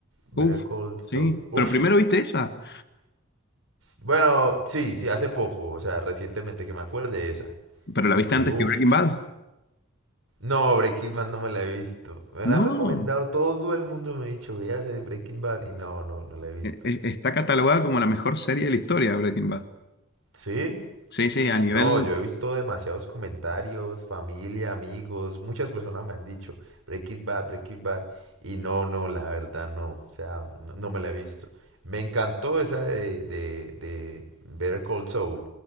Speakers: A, on the right (about 70°); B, on the left (about 55°).
A: Better
B: Uf,
A: Call Saul.
B: sí,
A: Uf.
B: pero primero viste esa,
A: Bueno, sí, sí, hace poco. O sea, recientemente que me acuerde esa.
B: pero la viste
A: Y
B: antes
A: uf.
B: que Breaking Bad.
A: No, Breaking Bad no me la he visto. Me
B: No,
A: la han recomendado, todo el mundo me ha dicho, que hace Breaking Bad? Y no, no, no la he visto.
B: e- e- está catalogada como la mejor serie de la historia de Breaking Bad.
A: ¿Sí?
B: Sí, sí, a nivel,
A: No, yo he visto demasiados comentarios, familia, amigos, muchas personas me han dicho Break It Bad, Break It Bad, y no, no, la verdad no, o sea, no, no me la he visto. Me encantó esa de, de, de Better Call Saul,